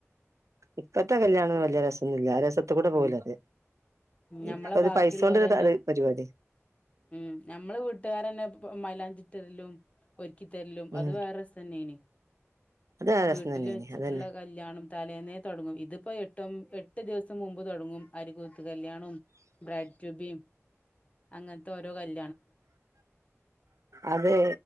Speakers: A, on the right (about 75°); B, on the left (about 25°).
A: ഇപ്പത്തെ കല്യാണൊന്നും വല്യ രസോന്നുല്ല ആ രസത്തി കൂടെ പോവുലത്
B: ഉം ഞമ്മളെ
A: ഇപ്പത്
B: ബാക്കിയുള്ളോലന്നെ
A: പൈസ കൊണ്ടൊരു പരിപാടിയാ.
B: ഉം ഞമ്മള് വീട്ടുകാരന്നെ പ്പ മൈലാഞ്ചി റ്ററിലും ഒരു ക്കി തരലും
A: ഉം
B: അത് വേറെ രസന്നെ ആണെ
A: അത് നല്ല രസം
B: വീട്ടില്
A: തന്നെയാണ്
B: വെച്ചിട്ടുള്ള
A: അതന്നെ
B: കല്യാണം തലേന്നെ തൊടങ്ങും ഇ ഇതിപ്പോ എട്ടും എട്ട് ദിവസ ത്ത് മുമ്പ് തൊടങ്ങും അരികുതിർത്ത് കല്യാണോം ബ്രൈഡ് ട്യൂബിയും അങ്ങൻ ത്തോരൊ കൽ
A: അതെ